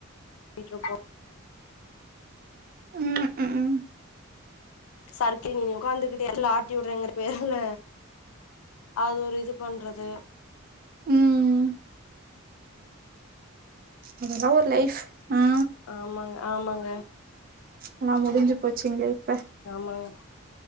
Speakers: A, on the left (about 80°); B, on the right (about 45°).
A: போயிட்ருப்போ
B: ம் ம்
A: சறுக்கு நீ உக்காந்துகிட்டு ஆக்சுவலா ஆட்டி விடுறேங்ற பேர்ல அது ஒரு இது பண்றது
B: ம் அதெல்லா ஒரு லைஃப் ஆ
A: ஆமாங்க ஆமாங்க
B: ஆனா முடிஞ்சு போச்சீங்களே இப்ப
A: ஆமாங்க